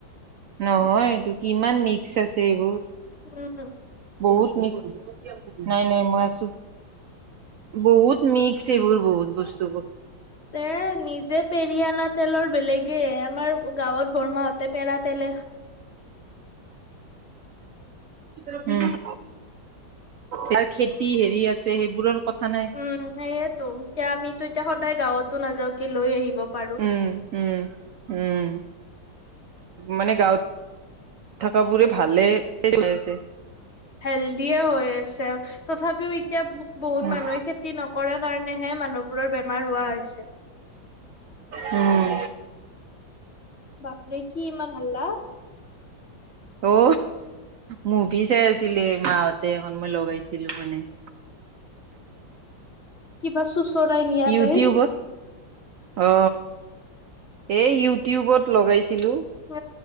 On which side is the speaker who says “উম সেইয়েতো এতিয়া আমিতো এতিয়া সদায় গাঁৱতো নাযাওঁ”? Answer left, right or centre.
Left